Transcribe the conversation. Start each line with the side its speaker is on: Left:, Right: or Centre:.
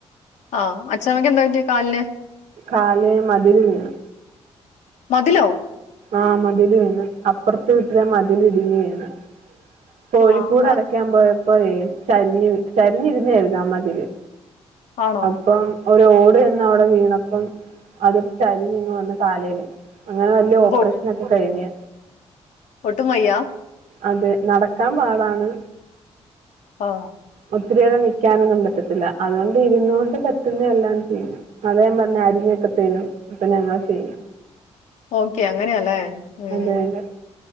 Left: ആ അചാമയ്ക്ക് ന്താ പറ്റി കാല്ന്.
Right: കാല് മതില് വീണ്.
Left: മതിലോ?
Right: ആ മതിൽ വീണ് അപ്പറത്തെ വീട്ടിലെ മതിൽ ഇടിഞ്ഞ് വീണ്. കോഴിക്കൂട്
Left: ആ ആ,
Right: അടക്കാൻ പോയപ്പോഴേ ചരിന്നു ചരിഞ്ഞ്ര്ന്നായിരുന്നു ആ മതില്.
Left: ആണോ
Right: അപ്പം ഒരു ഓട് ചന്ന് അവടെ വീണപ്പം അത് ചരിഞ്ഞിങ്ങ് വന്ന് കാലേ വീണ്. അങ്ങനെ വല്ല
Left: അപ്പൊ
Right: ഓപ്പറേഷൻ ക്കെ കഴിഞ്ഞ്.
Left: ഒട്ടുവയ്യ
Right: അതെ നടക്കാൻ പാടാണ്.
Left: ആഹ്
Right: ഒത്തിരിയേരം നിക്കാനൊന്നും പറ്റത്തില്ല അതുകൊണ്ട് ഇരുന്നോണ്ട് പറ്റുന്നയെല്ലാം ചെയ്യും. അതെ ഞാൻ പറഞ്ഞു അരിഞ്ഞൊക്കെ തരും അപ്പൊ ഞങ്ങൾ ചെയ്യും.
Left: <inaudible> ഓക്കെ അങ്ങനെയല്ലേ ഉം
Right: അതെ അതെ.